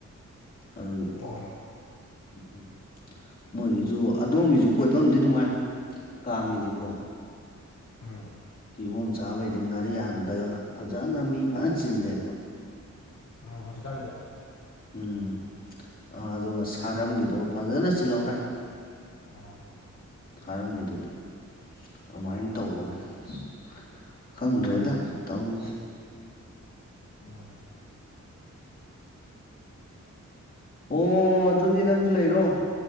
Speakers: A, on the left; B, on the left.
A: ꯑꯗꯨꯒꯤ
B: ꯑꯣ
A: ꯎꯝ ꯎꯝ ꯃꯣꯏꯒꯤꯁꯨ ꯑꯗꯣꯝꯒꯤꯁꯨ ꯀꯣꯏꯕ ꯑꯃꯗꯤ ꯅꯨꯡꯉꯥꯏ ꯀꯥꯡꯒꯤꯗꯤꯀꯣ
B: ꯎꯝ
A: ꯀꯤꯍꯣꯝ ꯆꯥꯕꯩꯗꯤ ꯉꯥꯔꯤꯌꯥꯟꯗꯒ ꯐꯖꯅ ꯃꯤ ꯐꯖꯅ ꯆꯤꯜꯂꯦꯕ
B: ꯎꯝ ꯃꯖꯤꯗꯥꯅꯖ
A: ꯎꯝ ꯑꯗꯨꯒ ꯁꯥꯔꯝꯒꯤꯗꯣ ꯐꯖꯅ ꯆꯤꯜꯍꯧꯔꯦ
B: ꯑ
A: ꯊꯥꯔꯝꯒꯤꯗꯨꯗꯤ ꯑꯗꯨꯃꯥꯏꯅ ꯇꯧꯕꯅꯦ ꯑ ꯈꯪꯗ꯭ꯔꯦꯗ ꯇꯧꯔꯤꯁꯦ
B: ꯎꯝ
A: ꯑꯣꯣ ꯑꯗꯨꯗꯤ ꯅꯪꯁꯨ ꯂꯩꯔꯣ